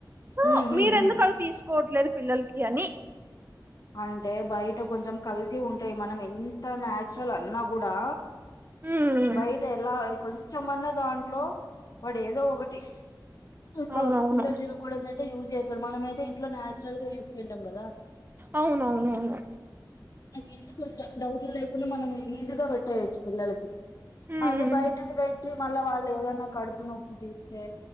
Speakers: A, on the right; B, on the left.
A: సో
B: ఉమ్ ఉమ్
A: మీరెందుకు
B: ఉమ్
A: అవి తీసుకోవట్లేదు పిల్లలకి అని
B: అంటే బయట కొంచెం కల్తీ ఉంటాయి మనం ఎంత నాచురల్ అన్నా కూడా
A: మ్మ్
B: బయట ఎలా కొంచమన్నా దాంట్లో వాడు ఏదో ఒకటి ఇంక
A: అవునవును
B: పిల్లలు తినకూడనిది అయితే యూజ్ చేస్తారు మనమైతే ఇంట్లో నేచురల్ చేసుకొంటాము కదా
A: అవును అవును అవును
B: ఇది కొంచెం డౌట్లు లేకుండా మనం ఈజీగా పెట్టేయచ్చు పిల్లలకి
A: మ్మ్
B: అది బయటది పెట్టి మళ్ళా వాళ్ళు ఏదన్నా కడుపు నొప్పు చేస్తే